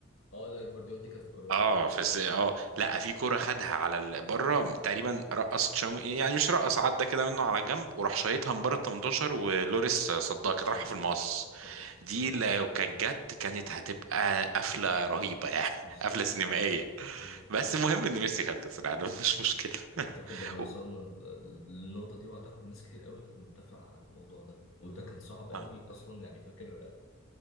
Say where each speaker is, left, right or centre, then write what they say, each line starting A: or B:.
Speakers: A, on the left (about 75°); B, on the right (about 75°).
A: اه لا جفارديول دي كانت في كرواتيا
B: اه
A: ايوه
B: في الس...
A: أيوه.
B: اه لا في كرة خدها على ال- بره تقريبا رقص تشاومي يعني مش رقص عدى كده منه على جنب وراح شايطها من بره ال 18 ولوريس صدها كانت رايحة
A: ايوه
B: في المقص
A: ايوه افتكرتها
B: دي
A: افتكرتها
B: لو كانت جت كانت هتبقى قفلة رهيبة يعني
A: بالظبط
B: <laughs> قفلة سينمائية
A: بالظبط
B: بس المهم ان ميسي خد كأس العالم مش مشكلة
A: اعتقد
B: <laughs>
A: احنا وصلنا
B: و-
A: ل- للنقطه دي واعتقد ناس كتير قوي كانت متفقه على الموضوع ده وده كان صعب قوي
B: آه،
A: اصلا يعني فاكر